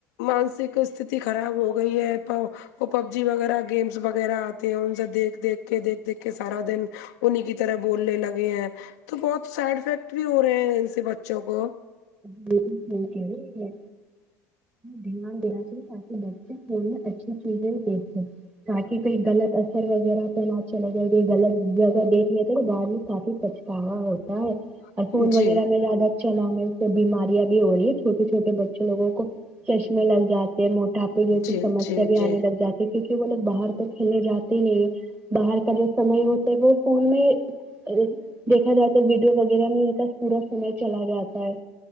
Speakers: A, on the left; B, on the right.
A: مانسک استتی خراب ہو گئی ہے وہ پب جی وغیرہ گیمس وغیرہ آتے ہیں ان سے دیکھ دیکھ کے دیکھ دیکھ کے سارا دن انہیں کی طرح بولنے لگے ہیں تو بہت سائڈ افیکٹ بھی ہو رہے ہیں ان سے بچوں کو
B: بالکل <unintelligible> کہی ہے دھیان دین چ تاک ب تھڑی اچھی چیزیں دیکھیں تاکہ کوئی غلط اثر وغیرہ پہ نہ چل جائے گی غلط جگہ دیکھ لیتے تو بعد میں کافی پچ ا ہوتا ہے اور
A: جی
B: پھول وغیرہ میں زیادہ چلا ہم تو بیماریاں بھی ہو رہی ہے چھوٹے چھوٹے بچے لوگوں کو چشمے لگ جاتے ہیں مو تاپی جیسی
A: جی
B: سمیاسی
A: جی
B: بھی
A: جی
B: آنے لگ جاتی کیونکہ وہ لوگ باہر تو کھیلنے جاتے ہی نہیں ہے باہر کا جو سمے ہوتا ہے وہ فون میں ار دیکھا جاءے تو ویڈیوس وغیرہ میں ان کا پورا سمے چلا جاتا ہے